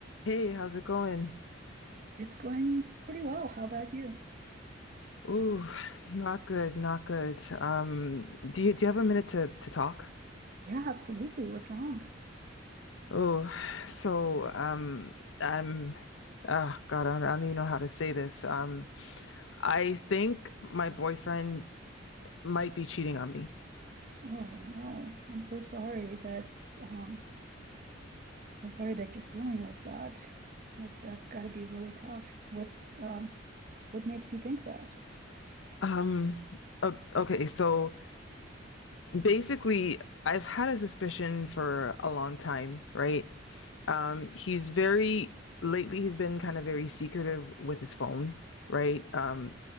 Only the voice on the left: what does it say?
Hey, how's it going?
Ooh, not good, not good. Um, do you do you have a minute to to talk?
Oh, so um, I'm, oh God, I don't, I don't even know how to say this. Um, I think my boyfriend might be cheating on me.
Um, o- okay, so basically, I've had a suspicion for a long time, right? Um, he's very lately he's been kind of very secretive with his phone, right? Um,